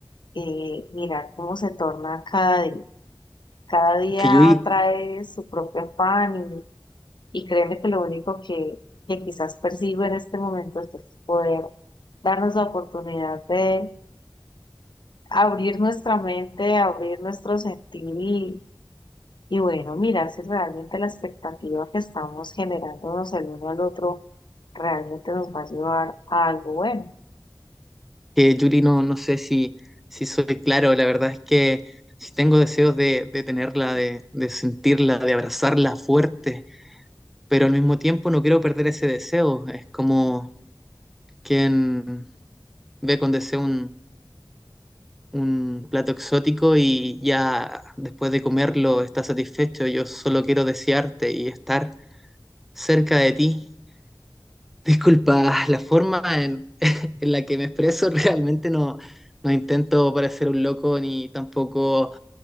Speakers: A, on the left; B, in the centre.
A: eh, mirar cómo se torna cada día. Cada día
B: Que Yuri,
A: trae su propio afán Y créeme que lo único que, que quizás persigo en este momento es poder darnos la oportunidad de abrir nuestra mente, abrir nuestro sentir y, y bueno, mirar si realmente la expectativa que estamos generándonos el uno al otro realmente nos va a llevar a algo bueno.
B: que Yuri no, no sé si, si soy claro, la verdad es que si tengo deseos de, de tenerla, de, de sentirla, de abrazarla fuerte, pero al mismo tiempo no quiero perder ese deseo, es como quien ve con deseo un un plato exótico y ya después de comerlo estás satisfecho. Yo solo quiero desearte y estar cerca de ti. <laughs> Disculpa, la forma en, <laughs> en la que me expreso <laughs> realmente no, no intento parecer un loco ni tampoco